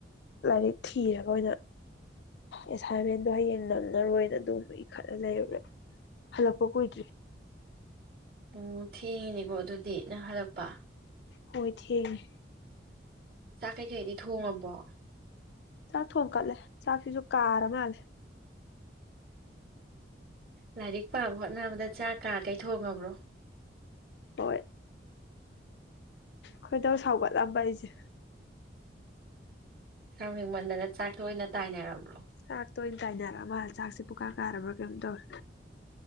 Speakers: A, on the left (about 65°); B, on the right (about 55°).
A: ꯂꯥꯏꯔꯤꯛ ꯊꯤꯔꯒ ꯑꯣꯏꯅ ꯑꯦꯁꯥꯏꯟꯃꯦꯟꯗꯣ ꯍꯌꯦꯡ ꯅꯪꯉꯔꯣꯏꯅ ꯑꯗꯨꯕ ꯏꯈꯠꯂ ꯂꯩꯔꯨꯔꯦ ꯍꯜꯂꯛꯄꯣ ꯀꯨꯏꯗ꯭ꯔꯤ
B: ꯎꯝ ꯊꯦꯡꯉꯤꯅꯦꯀꯣ ꯑꯗꯨꯗꯤ ꯅꯪ ꯍꯜꯂꯛꯄ
A: ꯍꯣꯏ ꯊꯦꯡꯉꯦ
B: ꯆꯥꯛ ꯀꯩꯀꯩꯗꯤ ꯊꯣꯡꯉꯕꯣ
A: ꯆꯥꯛ ꯊꯣꯡ ꯀꯠꯂꯦ ꯆꯥꯛꯁꯤꯁꯨ ꯀꯥꯔ ꯃꯥꯜꯂꯦ
B: ꯂꯥꯏꯔꯤꯛ ꯄꯥꯕ ꯍꯣꯠꯅꯕꯗ ꯆꯥꯛ ꯀꯥ ꯀꯩ ꯊꯣꯡꯉꯕ꯭ꯔꯣ
A: ꯍꯣꯏ ꯈꯣꯏꯗꯧ ꯁꯥꯎꯒꯠꯂꯕ ꯑꯩꯁꯦ
B: ꯁꯥꯎꯅꯤꯡꯃꯟꯗꯅ ꯆꯥꯛꯇꯣꯏꯅ ꯇꯥꯏꯅꯔꯕ꯭ꯔꯣ
A: ꯆꯥꯛꯇ ꯑꯣꯏꯅ ꯇꯥꯏꯅꯦꯔ ꯑꯃ ꯆꯥꯛꯁꯦ ꯄꯨꯀꯥ ꯀꯥꯔꯕ꯭ꯔꯥ ꯀꯩꯝ ꯇꯧꯔ